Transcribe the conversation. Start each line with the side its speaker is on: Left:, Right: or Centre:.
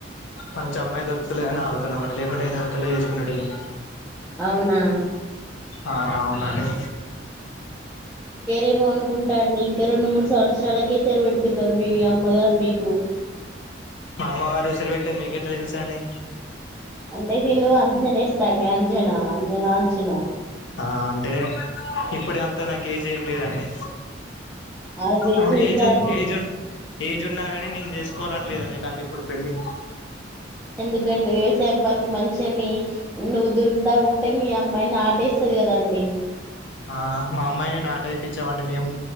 Left: మంచి అమ్మాయి దొరుకుతలే అని ఆగుతున్నామండి లేకుండా దొరకలే చేసుకునే వాళ్ళం
Centre: అవునా
Left: ఆ అవునండి
Centre: ఏమో అనుకుంటా అండి ఇంకా రెండు మూడు సంవత్సరాలకే సరి పెడుతున్నారు మీ అమ్మగారు మీకు
Left: మా అమ్మగారు <unintelligible> పెట్టారు మీకెట్లా తెలుసండి
Centre: అంటే నేను అంచన ఎస్తండి అంజనా అంజనా అంచన
Left: ఆ అంటే ఇప్పుడే అంతేన కేజీ ఏం లేద అండి
Centre: అది
Left: అంటే
Centre: చూసా
Left: ఏ జూన్
Centre: అండి.
Left: ఏ జూన్ ఏజ్ ఉన్నా గానీ నేను చేసుకోవాలని లేదండి నాకు ఇప్పుడు పెళ్లి
Centre: ఎందుకండి వ్యవసాయం పనులు మంచిగ మీ నువ్వు దునుత ఉంటే మీ అమ్మాయి నాటేస్తది కదండి
Left: ఆ మా అమ్మాయిని నాట ఏపించమండి మేము